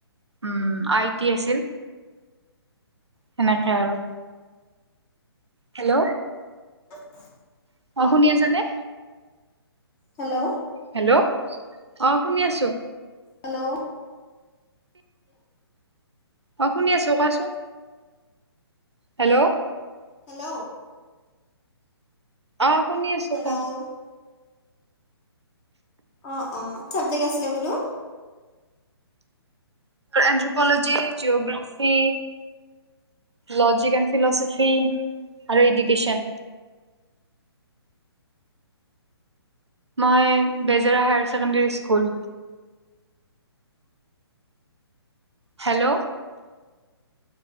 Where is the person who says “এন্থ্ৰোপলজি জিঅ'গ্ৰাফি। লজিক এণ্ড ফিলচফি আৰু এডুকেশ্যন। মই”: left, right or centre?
Right